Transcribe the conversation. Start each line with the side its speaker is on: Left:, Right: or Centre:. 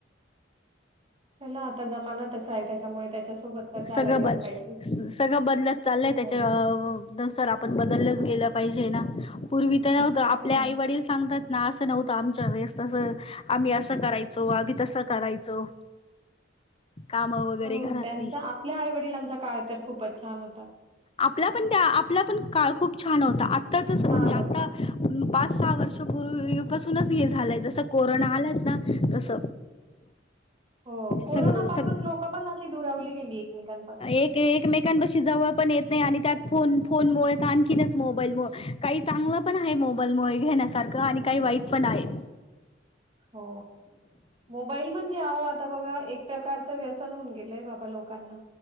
Right: चला आता जमाना तसा आहे त्याच्यामुळे त्याच्यासोबत तर चालायलाच
Left: सगळं बद
Right: पाहिजे
Left: सगळं बदलत चाललंय त्याच्या
Right: हो
Left: नुसार आपण बदललंच गेलं पाहिजे ना <inaudible> पूर्वी तर होत
Right: ते
Left: आपल्या
Right: तर आहे
Left: आई वडील सांगतात ना असं नव्हतं आमच्या वेळेस तसं आम्ही असं करायचो आम्ही तसं करायचो कामं वगैरे
Right: तर
Left: घरातली
Right: त्यांचा आपल्या आई वडिलांचा काळ तर खूपच छान होता
Left: आपला पण त्या आपला पण काळ खूप छान होता म्हणजे
Right: छान
Left: आता
Right: होता
Left: पा सहा वर्ष पूर्वीपसूनच हे झालंय जस कोरोना आलायत ना तस
Right: हो कोरोना
Left: सग
Right: पासून
Left: सग
Right: लोक पण अशी दुरावली गेली एकमेकांपासून
Left: एक एकमेकां बशी जाऊप पण येत नाही आणि त्यात फ फोनमुळे आणखी मोबाईल काही चांगलं पण आहे मोबाईलमुळे घेण्यासारख आणि काही वाईट पण आहे
Right: हो मोबाईल म्हणजे आहो आता बघा एक प्रकारचं व्यसन होऊन गेलंय बाबा लोकांना